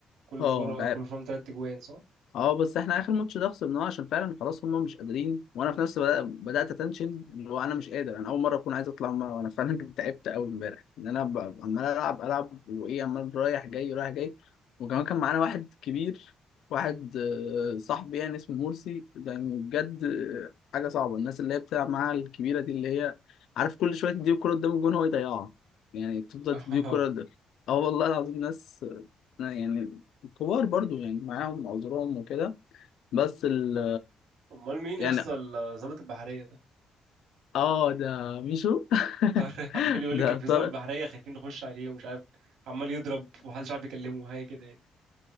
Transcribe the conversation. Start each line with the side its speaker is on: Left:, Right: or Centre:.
Right: كل
Left: اه
Right: فور كل فور من تلات جوان صح
Left: اه بس احنا اخر ماتش ده خسرناه عشان فعلا خلاص هم مش قادرين وانا في نفسي بدأ بدات اتنشن اللي هو انا مش قادر انا اول مره اكون عايز اطلع مرة. انا فعلا <laughs> كنت تعبت قوي امبارح ان انا ب- عمال العب العب وايه عمال رايح جاي رايح جاي وكمان كان معانا واحد كبير واحد آه، صاحبي يعني اسمه مرسي ده يعني بجد آه، حاجه صعبه الناس اللي هي بتلعب معاها الكبيره دي اللي هي عارف كل شويه تديه الكوره قدام الجون هو يضيعها يعني تفضل
Right: <laughs>
Left: تديه الكوره ده اه والله العظيم ناس لا يعني كبار برضو يعني معاهم عذرهم وكده بس ال
Right: امال مين
Left: يعني
Right: يا اسطى الضابط البحريه ده
Left: اه ده ميشو
Right: <laughs> عمال
Left: <laughs>
Right: يقول
Left: ده
Right: لي كان في
Left: طارق
Right: ضابط بحريه خايفين نخش عليه ومش عارف عمال يضرب ومحدش عارف يكلمه حاجه كده يعني